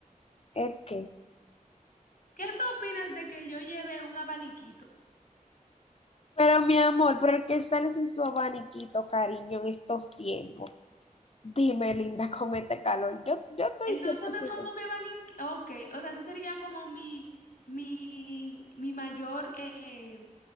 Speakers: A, on the left (about 45°); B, on the left (about 75°).
A: ¿el qué?
B: ¿Qué tú opinas de que yo lleve un abaniquito?
A: Pero mi amor, ¿pero el que sale sin su abaniquito, cariño, en estos tiempos? Dime, linda, con este calor. Yo, yo estoy
B: Entonces
A: 100%.
B: me pongo mi abanico, ok, o sea, ese sería como mi, mi, mi mayor eh,